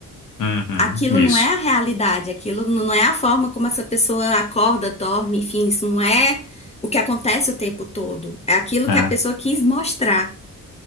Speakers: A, on the left; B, on the left.
A: Uhum,
B: aquilo
A: isso.
B: não é a realidade, aquilo não é a forma como essa pessoa acorda, dorme, enfim, isso não é o que acontece o tempo todo. É aquilo
A: É.
B: que a pessoa quis mostrar.